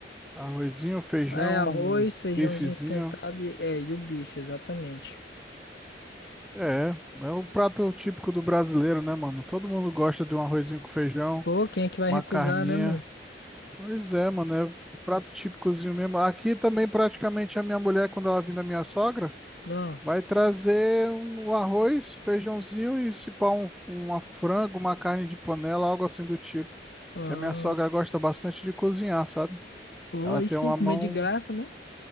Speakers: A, in the centre; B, on the left (about 65°).
A: Arrozinho, feijão,
B: É, arroz,
A: um
B: feijãozinho
A: bifezinho.
B: esquentado e, é, e o bife, exatamente.
A: É, é o prato típico do brasileiro, né, mano? Todo mundo gosta de um arrozinho com feijão,
B: Pô, quem é que vai
A: uma
B: recusar,
A: carninha.
B: né, mano?
A: Pois é, mano, é prato típicozinho mesmo. Aqui também, praticamente, a minha mulher, quando ela vem da minha sogra,
B: Ah,
A: vai trazer um arroz, feijãozinho e se pá, um, uma frango, uma carne de panela, algo assim do tipo.
B: ah.
A: Que a minha sogra gosta bastante de cozinhar, sabe?
B: Pô,
A: Ela
B: aí
A: tem
B: sim,
A: uma
B: comer
A: mão.
B: de graça, né?